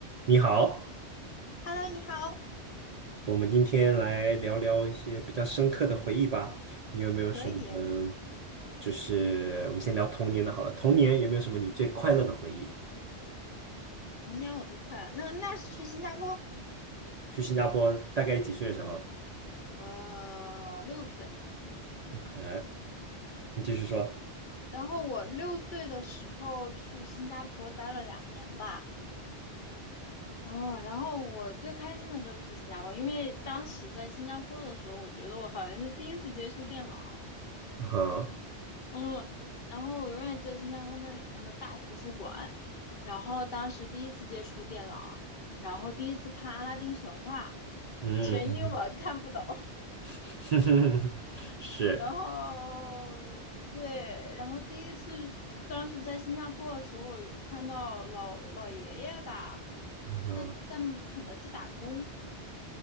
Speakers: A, on the right (about 55°); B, on the left (about 55°).
A: 你好，
B: Hello，你好，
A: 我们今天来聊聊一些比较深刻的回忆吧。你有没有什么？
B: 可以，
A: 嗯就是我们先聊童年的好了。童年有没有什么你最快乐的回忆？
B: 童年我最快了。那那是去新加坡，
A: 去新加坡大概几岁的时候
B: 呃，六岁。
A: ？OK，你继续说。
B: 然后我六岁的时候去新加坡待了两年吧，嗯，然后我最开心的就是去新加坡，因为当时在新加坡的时候，我觉得我好像是第一次接触电脑，
A: 嗯哼，
B: 嗯，然后我永远记得新加坡那里面的大图书馆，然后当时第一次接触电脑，然后第一次看《阿拉丁神话》，
A: 嗯，
B: 全英文看不懂。
A: 嗯 <laughs> 是，
B: 然后对，然后第一次去当时在新加坡的时候，有看到老老爷爷吧，
A: 嗯哼，
B: 在在肯德基打工，